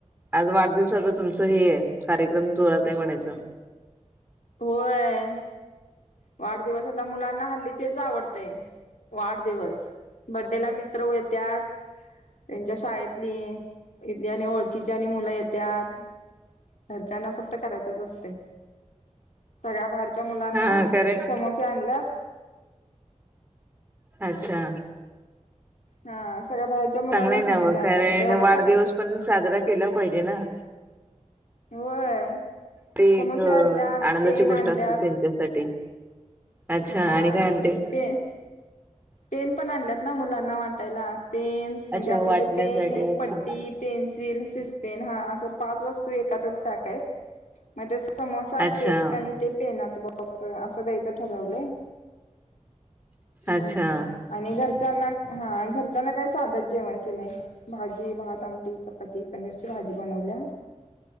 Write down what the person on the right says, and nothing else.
आज वाढदिवसाचं तुमचं हे आहे. कार्यक्रम जोरात आहे म्हणायचा.
हा कारण
अच्छा!
चांगलं आहे ना
मग
कारण
वाढदिवस
पण साजरा केला पाहिजे ना
ते
एक
आनंदाची
गोष्ट
असते त्यांच्यासाठी अच्छा
आणि काय आणते
अच्छा
वाटण्यासाठी
अच्छा
अच्छा
अच्छा!